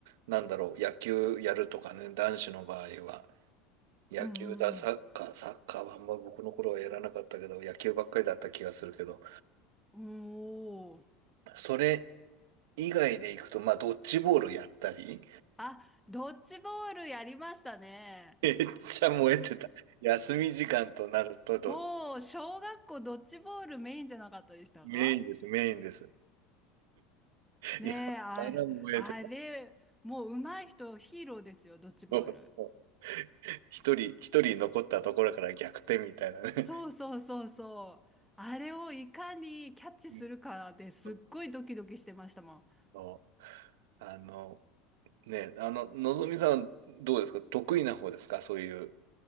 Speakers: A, on the right; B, in the centre.
A: なんだろう、野球やるとかね、男子の場合は、野球だ、
B: うんうん
A: サッカー、サッカーはあんま僕の頃はやらなかったけど、野球ばっかりだった気がするけど、
B: うん。おー。
A: それ以外で行くと、まあドッジボールやったり、
B: あ、ドッジボールやりましたね。
A: <laughs> めっちゃ燃えてた。休み時間となるとど、
B: もう、小学校ドッジボールメインじゃなかったでしたか
A: メインです、メインです。
B: ねえ、
A: いや、
B: あ、
A: から燃えてた。
B: あれ、もう上手い人ヒーローですよ、ドッジボール。
A: そうそう。一人、一人残ったところから逆転みたいなね。<laughs>
B: そうそうそうそう。あれをいかにキャッチするかですっごいドキドキしてましたもん。
A: うんそうそう。あの、ね、あの、のぞみさんはどうですか得意な方ですかそういう